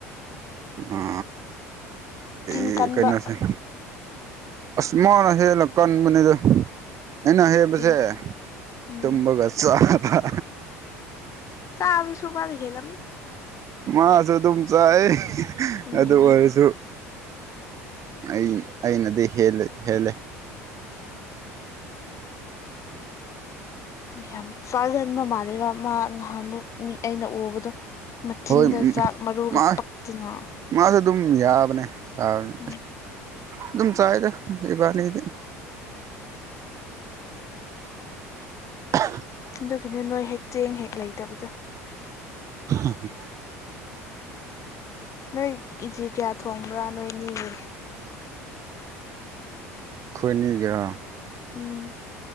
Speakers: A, on the right; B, on the left.
A: ꯑ
B: ꯆꯤꯟ
A: ꯑ ꯑꯦ
B: ꯀꯟꯕ
A: ꯀꯩꯅꯣꯁꯦ ꯑꯁ ꯃꯥꯅ ꯍꯦꯜꯂ ꯀꯟꯕꯅꯤꯗ ꯑꯩꯅ ꯍꯦꯟꯕꯁꯦ
B: ꯆꯤꯟ ꯎꯝ
A: ꯇꯨꯝꯕꯒ ꯆꯥꯕ
B: ꯆꯥꯕꯁꯨ ꯃꯥꯅ ꯍꯦꯜꯂꯝꯅꯤ
A: ꯃꯥꯁꯨ ꯑꯗꯨꯝ ꯆꯥꯏ
B: ꯎꯝ
A: ꯑꯗꯨ ꯑꯣꯏꯔꯁꯨ ꯑꯩ ꯑꯩꯅꯗꯤ ꯍꯦꯜꯂꯦ ꯍꯦꯜꯂꯦ
B: ꯌꯥꯝ ꯆꯥꯒꯟꯕ ꯃꯥꯜꯂꯦꯕ ꯃꯥ ꯅꯍꯥꯟꯃꯨꯛ ꯃꯤ ꯑꯩꯅ ꯎꯕꯗꯣ ꯃꯆꯤꯟꯗ
A: ꯍꯣꯏ
B: ꯆꯥꯛ ꯃꯔꯨꯒ
A: ꯃꯥ
B: ꯄꯛꯇꯅ
A: ꯃꯥꯁꯨ ꯑꯗꯨꯝ ꯌꯥꯕꯅꯦ ꯌꯥꯕꯅꯦ
B: ꯎꯝ
A: ꯑꯗꯨꯝ ꯆꯥꯏꯗ ꯏꯕꯥꯅꯤꯗꯤ <unintelligible>
B: ꯑꯗꯨꯒꯤꯅꯦ ꯅꯣꯏ ꯍꯦꯛ ꯆꯦꯡ ꯍꯦꯛ ꯂꯩꯇꯕꯗꯣ
A: <unintelligible>
B: ꯅꯣꯏ ꯀꯦꯖꯤ ꯀꯌꯥ ꯊꯣꯡꯕ꯭ꯔꯥ ꯅꯣꯏ ꯑꯅꯤꯒꯤ
A: ꯈꯣꯏꯅꯤꯒꯤꯔꫭ
B: ꯎꯝ